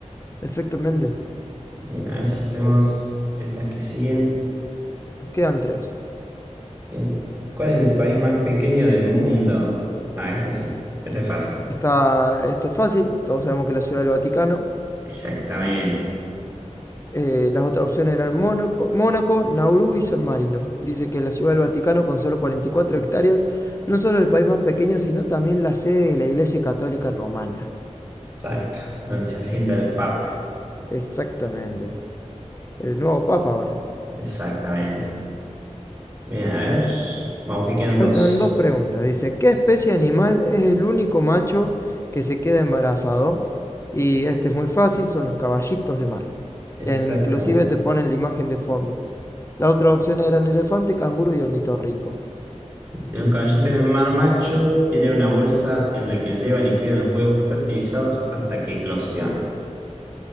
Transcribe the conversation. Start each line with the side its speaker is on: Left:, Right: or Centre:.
Left: Exactamente.
Right: Bien, a ver si hacemos
Left: Oh,
Right: estas que siguen.
Left: quedan tres.
Right: Bien. ¿Cuál es el país más pequeño del mundo? Ah, esta sí. Esta es fácil.
Left: Esta, esta es fácil, todos sabemos que es la Ciudad del Vaticano.
Right: Exactamente.
Left: Eh, las otras opciones eran Mónaco, Mónaco, Nauru y San Marino. Dice que la Ciudad del Vaticano, con solo 44 hectáreas, no solo el país más pequeño, sino también la sede de la Iglesia Católica Romana.
Right: Exacto. Donde se asienta el Papa.
Left: Exactamente. El nuevo Papa ahora.
Right: Exactamente. Bien, a ver. Vamos que quedan
Left: Faltan
Right: dos.
Left: dos preguntas. Dice, ¿qué especie animal es el único macho que se queda embarazado? Y este es muy fácil, son los caballitos de mar.
Right: Exactamente.
Left: E Inclusive te ponen la imagen de fondo. Las otras opciones eran elefante, canguro y ornitorrinco.
Right: Si los caballitos de mar macho tienen una bolsa en la que llevan y cuidan los huevos fertilizados hasta que eclosionan.